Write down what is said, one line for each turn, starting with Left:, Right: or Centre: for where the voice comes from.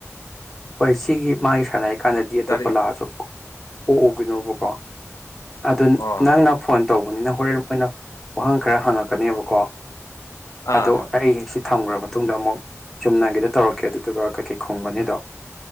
Centre: ꯍꯣꯏ ꯁꯤꯒꯤ ꯃꯥꯒꯤ ꯁꯥꯟꯅꯔꯤ ꯀꯥꯟꯗꯗꯤ ꯑꯇꯣꯞꯄ
Left: ꯒꯥꯔꯤ
Centre: ꯂꯥꯛꯑꯁꯨ ꯑꯣ ꯑꯣ ꯅꯣꯕꯣꯀꯥ ꯑꯗꯨ
Left: ꯑꯣ
Centre: ꯅꯪꯅ ꯐꯣꯟ ꯇꯧꯕꯅꯤꯅ ꯍꯣꯔꯦꯟ ꯃꯣꯏꯅ ꯋꯥꯍꯪ ꯈꯔ ꯍꯪꯉꯛꯀꯅꯦꯕꯀꯣ
Left: ꯑꯥ
Centre: ꯑꯗꯣ ꯑꯩ ꯁꯤ ꯊꯝꯈ꯭ꯔꯕ ꯃꯇꯨꯡꯗ ꯑꯃꯨꯛ ꯆꯨꯝꯅꯒꯤꯗ ꯇꯧꯔꯛꯀꯦ ꯑꯗꯨꯗꯨꯒ ꯀꯩꯀꯩ ꯈꯨꯝꯒꯅꯤꯗꯣ